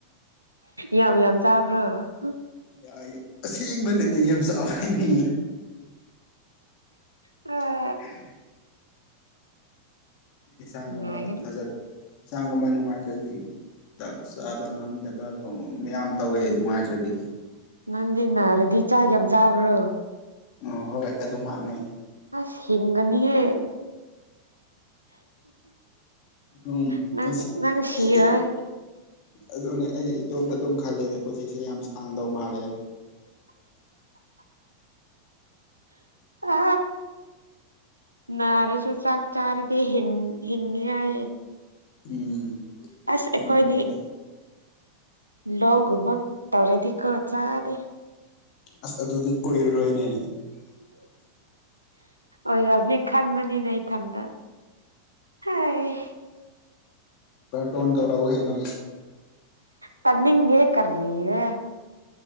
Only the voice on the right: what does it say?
ꯌꯥꯝ ꯌꯥꯝ ꯆꯥꯕ꯭ꯔꯣ ꯎꯝ
ꯑ
ꯅꯥꯒꯅꯤ
ꯅꯪ ꯅꯔꯗꯤ ꯆꯥꯛ ꯌꯥꯝ ꯆꯥꯕ꯭ꯔꯣ
ꯑꯁ ꯍꯤꯡꯒꯅꯤꯌꯦ
ꯅꯪ
ꯅꯪ ꯁꯤꯔꯣꯏ
ꯑ ꯅꯔꯁꯨꯁꯒ ꯆꯔꯗꯤ ꯍꯤꯡ ꯍꯤꯡꯒꯌꯥ
ꯑꯁ ꯑꯩꯈꯣꯏꯗꯤ
ꯂꯣꯒ ꯃꯒ ꯇꯧꯔꯦꯗꯤ ꯀ ꯆꯗꯦ
ꯑꯣꯏꯔꯝꯅꯤ ꯈꯟꯕꯅꯤꯅꯦ ꯏꯊꯟꯗ ꯍꯥꯏ
ꯇꯅꯤꯡꯦ ꯀꯔꯂ ꯌꯦ